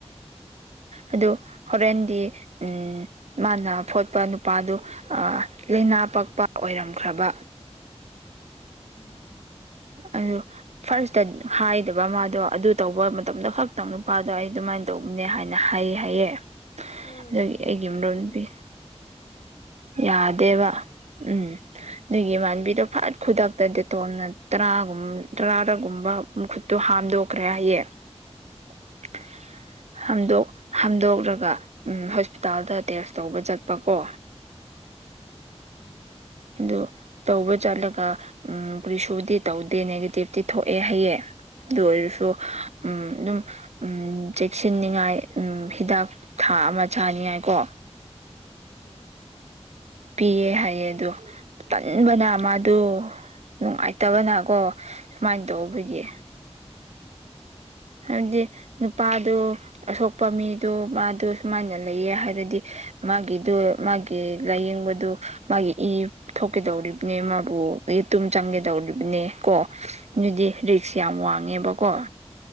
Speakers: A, on the right (about 70°); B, on the left (about 70°).
A: ꯑꯗꯨ ꯍꯣꯔꯦꯟꯗꯤ ꯎꯝ ꯃꯥꯅ ꯐꯣꯠꯄ ꯅꯨꯄꯥꯗꯨ ꯂꯥꯏꯅꯥ ꯄꯛꯄ ꯑꯣꯏꯔꯝꯈ꯭ꯔꯕ
B: ꯑꯣ
A: ꯑꯗꯨ ꯐꯥꯔꯁꯇ ꯍꯥꯏꯗꯕ ꯃꯥꯗꯣ ꯑꯗꯨ ꯇꯧꯕ ꯃꯇꯝꯗ ꯈꯛꯇꯪ ꯅꯨꯄꯥꯗꯣ ꯑꯩ ꯑꯗꯨꯃꯥꯏꯅ ꯇꯧꯕꯅꯦ ꯍꯥꯏꯅ ꯍꯥꯏ ꯍꯥꯏꯌꯦ
B: ꯍꯣꯏ
A: ꯑꯗꯨꯒꯤ
B: ꯑꯗꯨꯗꯤ
A: ꯑꯩꯒꯤ
B: ꯍꯌꯦꯡ
A: ꯃꯔꯣꯜ
B: ꯑꯗꯨꯗꯤ
A: ꯄꯤ꯫
B: ꯍꯣꯏ
A: ꯌꯥꯗꯦꯕ ꯎꯝ
B: ꯌꯥꯔꯣꯏ
A: ꯑꯗꯨꯒꯤꯃꯥꯟꯕꯤꯗꯣ ꯐꯠ ꯈꯨꯗꯛꯇ ꯗꯦꯇꯣꯝꯅ ꯇꯔꯥꯒꯨꯝ ꯇꯔꯥꯔꯒꯨꯝꯕ ꯃꯈꯨꯠꯇꯣ ꯍꯥꯝꯗꯣꯛꯈ꯭ꯔꯦ ꯍꯥꯏꯌꯦ <inaudible> ꯍꯥꯝꯗꯣꯛ ꯍꯥꯝꯗꯣꯛꯂꯒ ꯍꯣꯁꯄꯤꯇꯥꯜꯗ ꯇꯦꯁ ꯇꯧꯕ ꯆꯠꯄꯀꯣ
B: ꯎꯝ
A: ꯑꯗꯨ ꯇꯧꯕ ꯆꯠꯂꯒ ꯀꯔꯤꯁꯨꯗꯤ ꯇꯧꯗꯦ ꯅꯦꯒꯦꯇꯤꯞꯇꯤ ꯊꯣꯛꯑꯦ ꯍꯌꯦ ꯑꯗꯨ ꯑꯣꯏꯔꯁꯨ ꯎꯝ ꯑꯗꯨꯝ ꯎꯝ ꯆꯦꯛꯁꯤꯟꯅꯤꯉꯥꯏ ꯎꯝ ꯍꯤꯗꯥꯛ ꯊꯥ ꯑꯃ ꯆꯥꯅꯤꯡꯉꯥꯏ ꯀꯣ
B: ꯍꯣꯏ
A: ꯄꯤꯌꯦ ꯍꯥꯏꯌꯦ ꯑꯗꯨꯣ ꯇꯟꯕꯅ ꯃꯥꯗꯨ ꯅꯨꯡꯉꯥꯏꯇꯕꯅꯀꯣ ꯁꯨꯃꯥꯏꯅ ꯇꯧꯕꯒꯤ ꯍꯥꯏꯕꯗꯤ ꯅꯨꯄꯥꯗꯨ ꯑꯁꯣꯛꯄ ꯃꯤꯗꯨ ꯃꯥꯗꯨ ꯁꯨꯃꯥꯏꯅ ꯂꯩꯌꯦ ꯍꯥꯏꯔꯗꯤ ꯃꯥꯒꯤꯗꯨꯣ ꯃꯥꯒꯤ ꯂꯥꯏꯌꯦꯡꯕꯗꯨ ꯃꯥꯒꯤ ꯊꯣꯛꯀꯗꯧꯔꯤꯕꯅꯦ ꯃꯥꯕꯨ ꯑꯗꯒꯤ ꯇꯨꯝ ꯆꯪꯒꯗꯧꯔꯤꯕꯅꯦ ꯀꯣ ꯑꯗꯨꯗꯤ ꯔꯤꯛꯁ
B: ꯍꯣꯏ
A: ꯌꯥꯝ ꯋꯥꯡꯉꯦꯕꯀꯣ